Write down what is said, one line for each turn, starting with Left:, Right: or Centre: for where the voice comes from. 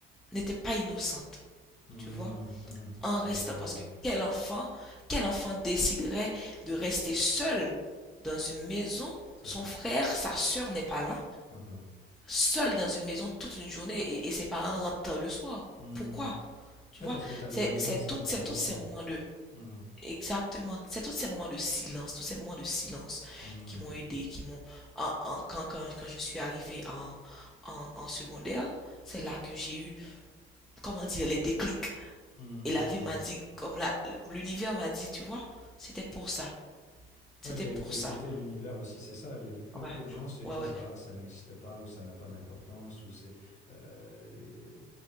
Centre: n'était pas innocente,
Left: mhm,
Centre: tu vois.
Left: mhm.
Centre: En restant,
Left: Il y avait une raison,
Centre: parce que quel enfant, quel enfant déciderait de rester seul dans une maison?
Left: c'est
Centre: Son
Left: vrai.
Centre: frère, sa sœur n'est pas là,
Left: Mhm,
Centre: seul dans une maison toute une journée et, et ses parents rentrent tard le soir.
Left: mhm.
Centre: Pourquoi? Tu
Left: Ouais,
Centre: vois,
Left: parce que tu avais
Centre: c'est,
Left: besoin
Centre: c'est
Left: de ça
Centre: tout-
Left: intérieurement
Centre: c'est tous ces
Left: quoi.
Centre: moments de,
Left: Mhm,
Centre: Exactement. C'est tous ces moments de silence, tous ces moments de silence
Left: mhm,
Centre: qui m'ont aidé, qui m'ont... en- en- quand, quand, quand je suis arrivée en, en, en secondaire, c'est là que j'ai eu, comment dire, les déclics.
Left: mhm,
Centre: Et
Left: mhm,
Centre: la vie m'a
Left: mhm.
Centre: dit, comme la, l'univers m'a dit, tu vois, c'était pour ça, c'était
Left: Ouais, t'as,
Centre: pour
Left: éc- t'as
Centre: ça.
Left: écouté l'univers aussi, c'est ça. Les, le peu,
Centre: Ouais,
Left: peu de gens se disent,
Centre: ouais, ouais,
Left: ah, ça n'existe pas, ou ça n'a pas d'importance, ou c'est, euh,